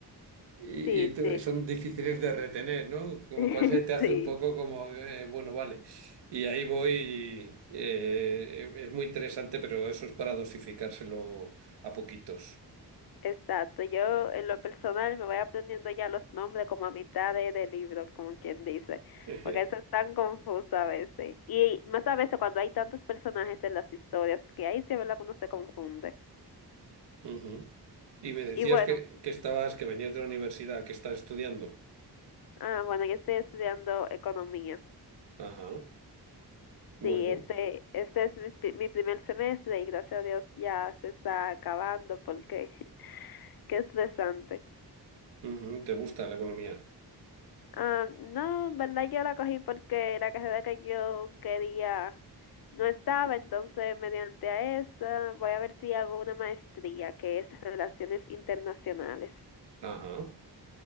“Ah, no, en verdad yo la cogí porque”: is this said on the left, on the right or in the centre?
Left